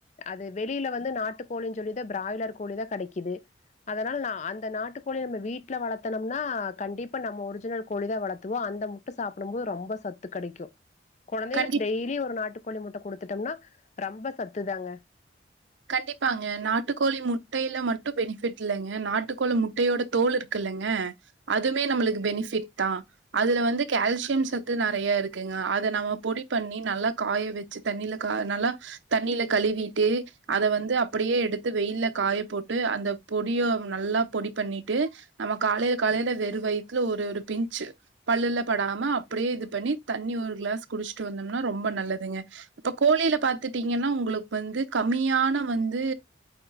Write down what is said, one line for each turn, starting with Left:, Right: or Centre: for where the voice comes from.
Left: அது வெளியில வந்து நாட்டு கோழின்னு சொல்லிதா பிராய்லர் கோழி தான் கிடைக்குது. அதனால அந்த நாட்டுக்கோழி நம் வீட்டுல வளர்த்தனோம்னா கண்டிப்பா நம்ம ஒரிஜினல் கோழி தான் வளர்த்துவோம் அந்த முட்ட சாப்பிடும் போது ரொம்ப சத்து கெடைக்கு. குழந்தைகளுக்கு
Right: கண்டிப்பா
Left: டெய்லி ஒரு நாட்டுப். கோழி முட்ட கொடுத்துட்டோம்னா ரொம்ப சத்து தாங்க.
Right: கண்டிப்பாங்க நாட்டுக்கோழி முட்டையில மட்டும் பெனிஃபிட் இல்லைங்க நாட்டுக்கோழி முட்டையோட தோல் இருக்குல்லங்க அதுமே நம்மளுக்கு பெனிஃபிட் தான். அதுல வந்து கால்சியம் சத்து நறைய இருக்குங்க அத நம்ம பொடி பண்ணி நல்லா காய வச்சு தண்ணில கா நல்லா தண்ணில கழுவிட்டு. அத வந்து அப்படியே எடுத்து வெயில்ல காய போட்டு அந்த பொடியோ நல்லா பொடி பண்ணிட்டு நம்ம காலையில காலையில வெற வயிறத்துல ஒரு ஒரு பிஞ்சு பள்ளுல படாம அப்படியே இது பண்ணி தண்ணி ஒரு கிளாஸ் குடிச்சுட்டு வந்தோம்னா ரொம்ப நல்லதுங்க. இப்ப கோழியில பாத்துட்டீங்கன்னா உங்களுக்கு வந்து. கம்மியான வந்து